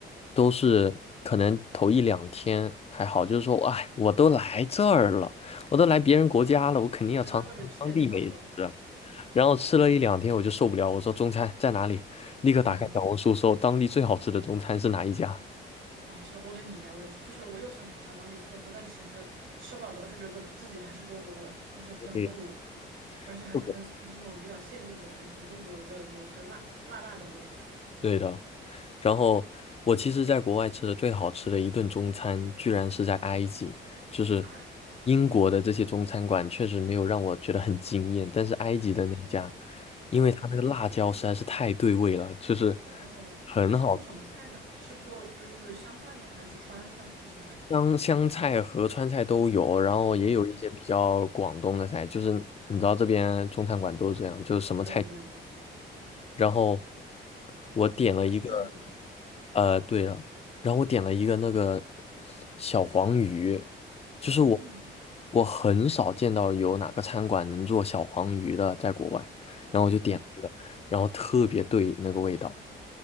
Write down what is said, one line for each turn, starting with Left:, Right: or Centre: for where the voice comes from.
Left: 都是可能头一两天还好，就是说，哎，我都来这儿了，我都来别人国家了，我肯定要尝尝他们当地美食啊。
Right: 那不得吃点特色吧？
Left: 然后吃了一两天，我就受不了，我说中餐在哪里？立刻打开小红书搜当地最好吃的中餐是哪一家。
Right: <laughs> 啊，是的，我跟你一样，我也是，就是我又想品尝当地特色，但其实吃不了多少，就觉得自己还是中国味，就是很中国味，
Left: 对
Right: 而且还是很就是那种比较限定的，
Left: 是的
Right: 就是中国的某些辣辣辣的味。
Left: 对的。然后我其实在国外吃的最好吃的一顿中餐，居然是在埃及，就是
Right: 啊，
Left: 英国的这些中餐馆确实没有让我觉得很惊艳，但是埃及的那一家，
Right: 不，
Left: 因为它那个辣椒实在是太对味了，
Right: 哦，
Left: 就是
Right: 哇哦，
Left: 很好吃，
Right: 他是做什么菜呢？是做就是湘菜吗？还是川菜还是什么呀？
Left: 香香菜和川菜都有，然后也有一些比较广东的菜，
Right: 哦，
Left: 就是你知道这边中餐馆都是这样，就是什么菜。
Right: 对对对，
Left: 然后我点了一个，
Right: 它是正宗。
Left: 呃，对了，然后我点了一个那个小黄鱼，就是我
Right: 嗯
Left: 我很少见到有哪个餐馆能做小黄鱼的，在国外，然后我就点了一个，
Right: 嗯
Left: 然后特别对那个味道。